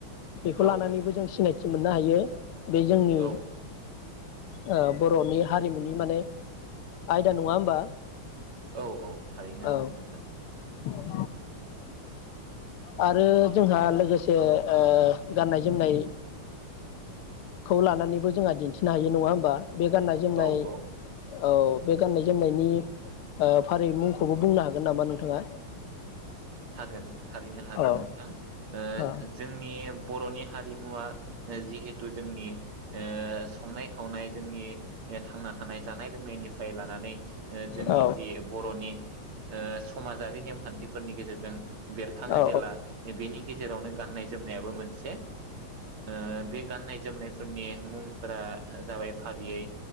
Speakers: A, on the left; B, on the right.
A: बेखौ
B: औ
A: लानानैबो जों सिनायथि मोननो हायो। बे जोंनि
B: औ
A: ओ बरनि हारिमुनि माने आयदा नङा होमबा?
B: औ औ थारैनो
A: औ
B: नंगौ नोंथां।
A: ओ आरो जोंहा लोगोसे ओ गाननाय जोमनायखौ लानानैबो जोंहा दिन्थिनो हायो। नङा होनोमबा? बे गाननाय जोमनाय
B: औ औ
A: औ बे गाननाय जोमनायनि ओ फारियै मुंखौबो बुंनो हागोन नामा नोंथाङा?
B: हागोन थारैनो हागोन
A: औ
B: नोंथां ओ
A: औ
B: जोंनि बरनि हारि रिमुवा जिहेथु जोंनि ओ संनाय खावनाय जोंनि ए थांना था थानाय जानाय लोंनायनिफ्राय लानानै ओ जोंनि
A: औ
B: जि बर'नि ओ समाजारि नेमखान्थिफोरनि गेजेरजों जों बेरखाङो
A: औ
B: जेला बेनि गेजेरावनो गनाय जोमनायाबो मोनसे ओ बे गाननाय जोमनायफोरनि मुंफोरा जाबाय फारियै